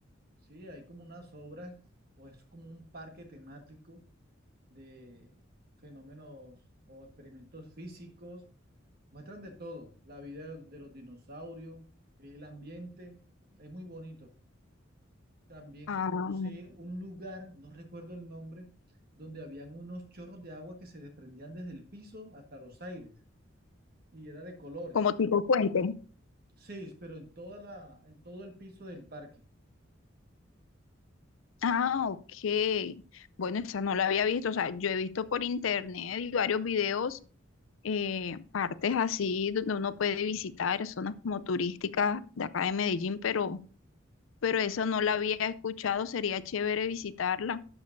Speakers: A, on the right; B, on the left.
A: Sí, hay como unas obras, o es como un parque temático de fenómenos o experimentos físicos. Muestran de todo, la vida de los dinosaurios, el ambiente, es muy bonito. También
B: Ah,
A: conocí un lugar, no recuerdo el nombre, donde habían unos chorros de agua que se desprendían desde el piso hasta los aires y era de colores.
B: como tipo puente.
A: Sí, pero en toda la, en todo el piso del parque.
B: Ah, ok. Bueno, esa no la había visto, o sea, yo he visto por internet y varios videos eh, partes así donde uno puede visitar, zonas como turísticas de acá de Medellín, pero, pero esa no la había escuchado, sería chévere visitarla.